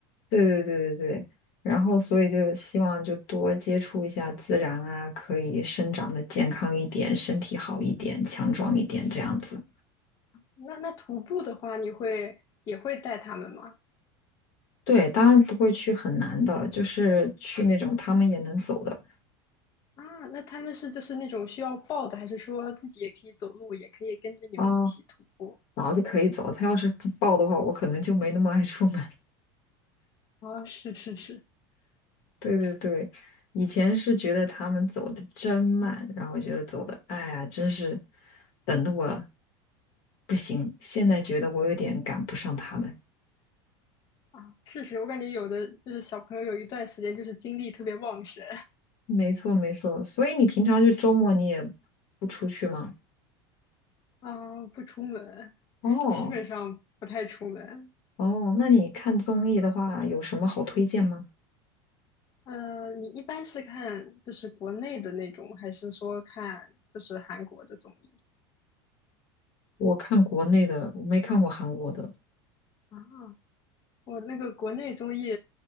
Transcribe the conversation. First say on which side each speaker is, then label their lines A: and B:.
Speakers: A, on the left (about 60°); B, on the left (about 30°).
A: 对对对对对，然后所以就希望就多接触一下自然啊，可以生长的健康一点，身体好一点，强壮一点这样子。
B: 那那徒步的话，你会也会带他们吗？
A: 对，当然不会去很难的，就是去那种他们也能走的。
B: 啊，那他们是就是那种需要抱的，还是说自己也可以走路，也可以跟着你们一起徒步？
A: 哦，然后就可以走。他要是不报的话，我可能就没那么爱出门。<laughs>
B: 啊，是是是，
A: 对对对，以前是觉得他们走的真慢，然后觉得走的，哎呀，真是等的我不行。现在觉得我有点赶不上他们。
B: 啊，是是，我感觉有的就是小朋友有一段时间就是精力特别旺盛。
A: 没错没错，所以你平常就周末你也不出去吗？
B: 啊，不出门，<laughs>
A: 哦
B: 基本上不太出门。
A: 哦，那你看综艺的话，有什么好推荐吗？
B: 嗯、你一般是看就是国内的那种，还是说看就是韩国的综艺
A: 我看国内的，我没看过韩国的。
B: 啊？我那个国内综艺，